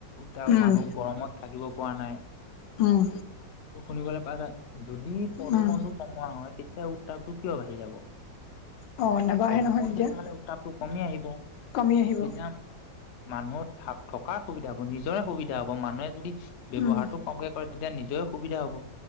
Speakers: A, on the left; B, on the left.
A: উতা
B: উম
A: মানুহ গৰমত থাকিব পৰা নাই।
B: উম।
A: উহ, শুনিবলৈ পাই কাই। যদি প্ৰদূষণটো
B: উম
A: কমোৱা হয় তেতিয়াও তাপটো কিয় বাঢ়ি যাব।
B: অ নেবাঢ়ে
A: প্ৰদূষণটো
B: নহয় তেতিয়া
A: কমালে উত্তাপটো কমি আহিব।
B: কমি আহিব।
A: তেতিয়া মানুহৰ থা-থকা সুবিধা হব, নিজৰে সুবিধা হব। মানুহে যদি ব্যৱহাৰটো
B: উম
A: কমকে কৰে। তেতিয়া নিজৰ সুবিধা হ'ব।